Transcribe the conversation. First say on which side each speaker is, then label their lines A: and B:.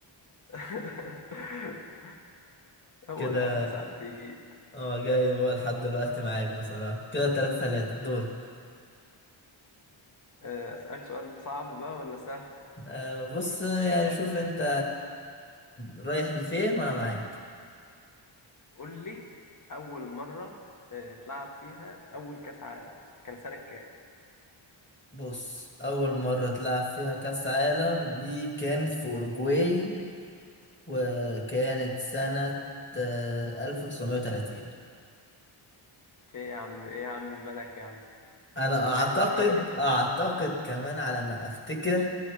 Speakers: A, on the left; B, on the left.
A: <laughs> هو
B: كده
A: الهبد ساعات بيجي
B: اه جاي هو لحد دلوقتي معاك بصراحة كده تلاتة تلاتة دورك
A: آه، أسألك سؤال صعب بقى ولا سهل؟
B: أه بص يعني شوف انت رايح لفين وانا معاك
A: قول لي أول مرة آه، تلعب فيها أول كأس عالم كان سنة كام؟
B: بص اول مرة تلعب فيها كاس عالم دي كانت في اوروجواي وكانت سنة آه، 1930
A: في إيه يا عم إيه يا عم مالك يا عم
B: أنا
A: هتهدى
B: أعتقد
A: شوية
B: أعتقد كمان على ما أفتكر